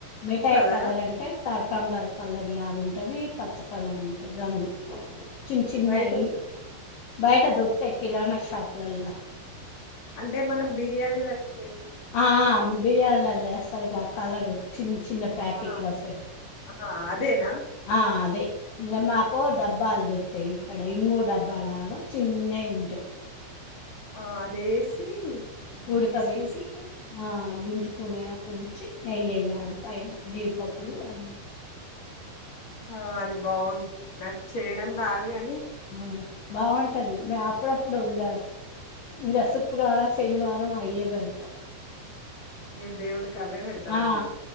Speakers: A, on the left (about 60°); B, on the left (about 40°).
A: మిఠాయి
B: కలరా?
A: కలర్ అంటే కలకంరల కలర్ లాగా ఉంటది పచ్చ కలర్ ఉంటది రంగు చిన్న చిన్నవి
B: బయట దొరుకు
A: బయట దొరుకుతాయ్ కిరాణా షాప్లల్లా.
B: అంటే మనం బిర్యానీ రైస్ వే
A: ఆ ఆ బిర్యానీల లేస్తారుగా కలరు చిన్న చిన్న ప్యాకెట్లు
B: ఆ!
A: వస్తాయ్.
B: ఆ! అదేనా?
A: ఆ అదే ఇంకా మాకు డబ్బాలు దొరుకుతాయి ఇక్కడ ఇంగు డబ్బా లాగా చిన్నవి ఉంటాయ్.
B: ఆ అదేసి హ్మ్.
A: ఉడకబెట్టి
B: కిస్‌మిస్‌తో
A: ఆ గుంజుకునే అప్పునుంచి నెయ్యి యేయ్యాలి పైన జీడిపప్పులు అన్నీ.
B: ఆ అది బాగున్ నాకు చేయడం రాదుగా
A: అవునా బాగుంటది మే అప్పుడప్పుడు ఇప్పుడు ఇకా ఇంకా శుక్రవారం శనివారం అయ్యే పెడతాం.
B: మీరు దేవుడికి అవే పెడతారా
A: ఆ
B: అండి?